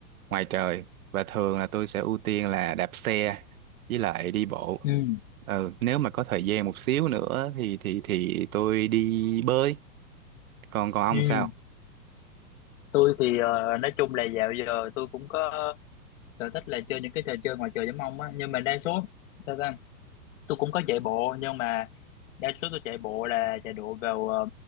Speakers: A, on the right (about 60°); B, on the left (about 50°).
A: ngoài trời và thường là tôi sẽ ưu tiên là đạp xe với lại đi bộ.
B: Ừ,
A: Ừ, nếu mà có thời gian một xíu nữa thì thì thì tôi đi bơi. Còn còn ông
B: ừ.
A: sao?
B: Tôi thì ờ, nói chung là dạo giờ tôi cũng có sở thích là chơi những cái trò chơi ngoài trời giống ông á, nhưng mà đa số sao ta? Tôi cũng có chạy bộ nhưng mà đa số tôi chạy bộ là chạy bộ vào ờ,